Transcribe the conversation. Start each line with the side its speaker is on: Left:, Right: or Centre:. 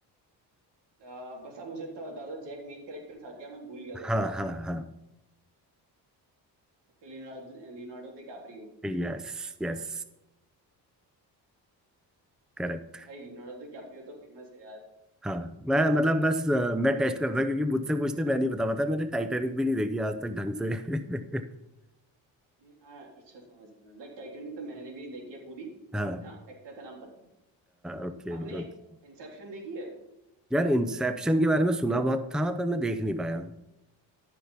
Right: आ, बस आप मुझे इतना बता दो जैक मेन कैरेक्टर था क्या मैं भूल गया थोड़ा
Centre: हाँ
Right: थोड़ा
Centre: हाँ हाँ
Right: Okay Leonardo Leonardo DiCaprio
Centre: यस Yes correct
Right: भाई लियोनार्डो डिकैप्रियो तो फेमस है यार
Centre: हाँ मैं मतलब बस अ, मैं टेस्ट कर रहा क्योंकि मुझसे पूछते मैं नहीं बता पाता मैंने टाइटैनिक भी नहीं देखी आज तक ढंग से <laughs>
Right: न- आ, अच्छा समझ रहा हूँ। लाइक टाइटैनिक तो मैंने भी नहीं देखी है पूरी
Centre: हाँ
Right: बट हाँ एक्टर का नाम पता है
Centre: Okay
Right: आपने
Centre: okay
Right: इंसेप्शन देखी है
Centre: यार इंसेप्शन के बारे में सुना बहुत था पर मैं देख नहीं पाया